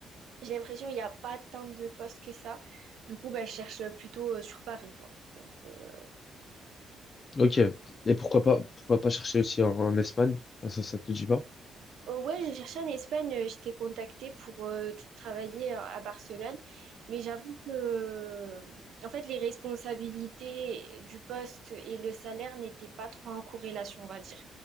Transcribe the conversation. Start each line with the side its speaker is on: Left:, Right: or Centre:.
Right: j'ai l'impression qu'il n'y a pas tant de postes que ça. Du coup, bah, je cherche plutôt euh, sur Paris, quoi. Donc, euh,
Left: ok. Et pourquoi pas, pourquoi pas chercher aussi en, en Espagne? Ah, Ça, ça te dit pas?
Right: Euh, ouais, j'ai cherché en Espagne, euh, j'étais contactée pour euh, t- travailler à à Barcelone, mais j'avoue que euh, en fait les responsabilités du poste et le salaire n'étaient pas trop en corrélation, on va dire.